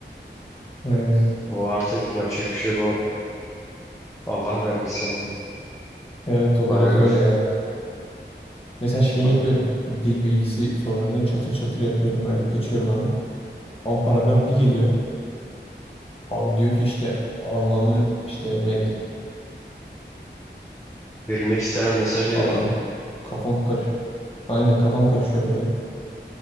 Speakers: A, on the left (about 30°); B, on the left (about 15°).
A: Aynen.
B: O artık yapacak bir şey yok. O Allah vergisi yani.
A: Evet o
B: Paragraf.
A: biraz öyle ya. Mesela şeyi
B: falan.
A: yapıyorum. Hani dil bilgisi sorularını çatır çatır yapıyorum böyle geçiyorum hemen. 10 paragraf bir geliyor. Abi diyor ki işte anlamı işte metni
B: Verilmek istenen mesaj nedir
A: falan.
B: diyor.
A: Kafam karışıyor. Aynen kafam karışıyor böyle.